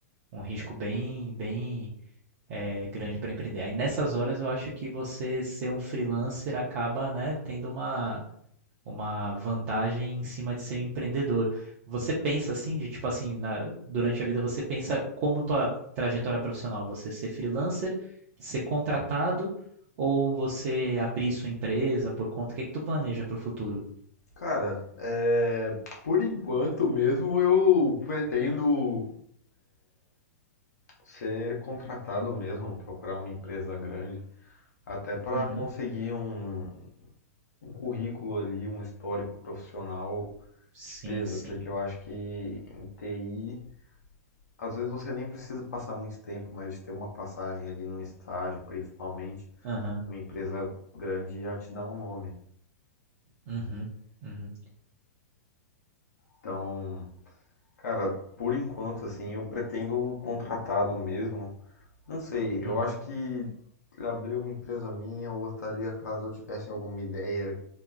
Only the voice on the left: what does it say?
Cara, é, por enquanto mesmo eu pretendo ser contratado mesmo, procurar uma empresa grande, até para
conseguir um, um currículo ali, um histórico profissional
de peso,
porque eu acho que em TI, às vezes você nem precisa passar muito tempo, mas ter uma passagem ali num estágio, principalmente,
uma empresa grande já te dá um nome.
Então, Cara, por enquanto, assim, eu pretendo contratado mesmo. Não sei,
eu acho que abrir uma empresa minha, eu gostaria, caso eu tivesse alguma ideia